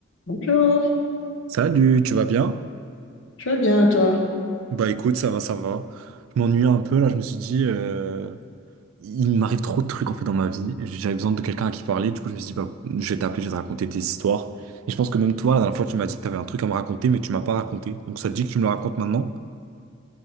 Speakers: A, on the left; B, on the right.
A: Bonjour,
B: Salut, tu vas bien?
A: tu vas bien toi?
B: Bah écoute, ça va, ça va. Je m'ennuie un peu là, je me suis dit, euh, il m'arrive trop de trucs en fait dans ma vie. J'avais besoin de quelqu'un à qui parler, du coup je me suis dit, bah, je vais t'appeler, je vais te raconter des histoires. Et je pense que même toi, la dernière fois, tu m'as dit que tu avais un truc à me raconter, mais tu m'as pas raconté. Donc ça te dit que tu me le racontes maintenant?